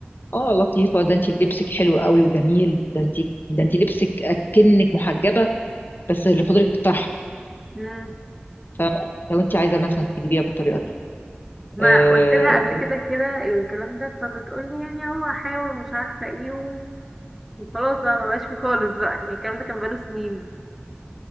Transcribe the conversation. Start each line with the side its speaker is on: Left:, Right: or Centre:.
Left: اه لطيفة ده انتي لبسك حلو قوي وجميل ده انتي ده انتي لبسك اكنك محجبة بس اللي فاضلك طرحة
Centre: مم.
Left: فاهمة لو انتي عايزة مثلا تجيبيها بالطريقة دي
Centre: ما
Left: آه
Centre: قلت لها قبل كده كده الكلام ده فبتقولي يعني هو هحاول ومش عارفه ايه و- وخلاص بقى مبقاش فيه خالص بقى يعني الكلام ده كان بقاله سنين